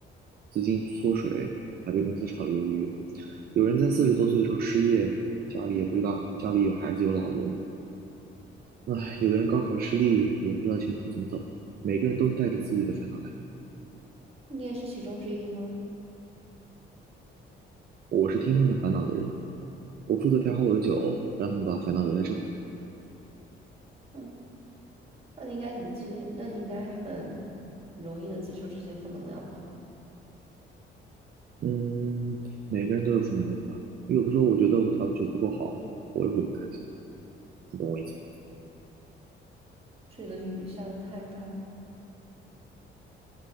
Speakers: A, on the right; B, on the right.
A: 资金缩水，还被公司炒了鱿鱼；有人在四十多岁的时候失业，家里也不知道家里有孩子有老人；唉，有的人高考失利，也不知道前途怎么走。每个人都是带着自己的烦恼来。
B: 你也是其中之一吗？
A: 我是听他们烦恼的人，我负责调好我的酒，让他们把烦恼留在这里。
B: 嗯那你应该很接，那你应该很容易的接受这些负能量吧？
A: 嗯，每个人都有负能量吧。有的时候我觉得我调的酒不够好，我也会不开心，你懂我意思吧？
B: 这里的雨下的太大了，